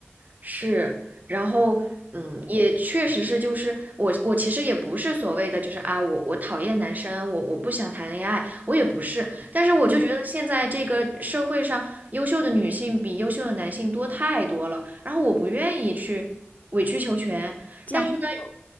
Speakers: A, on the right (about 40°); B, on the left (about 35°).
A: 是，然后嗯，也确实是，就是我我其实也不是所谓的就是啊，我我讨厌男生，我我不想谈恋爱，我也不是，但是我就觉得现在这个社会上优秀的女性比优秀的男性多太多了，
B: 嗯，
A: 然后我不愿意去委曲求全，
B: 将就，
A: 但是呢，